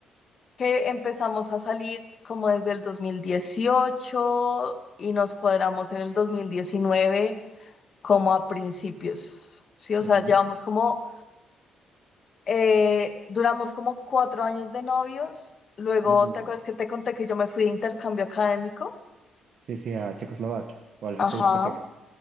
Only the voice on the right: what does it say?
Ujú.
Uh,
Sí, sí, a Checoslovaquia o a la
República Checa.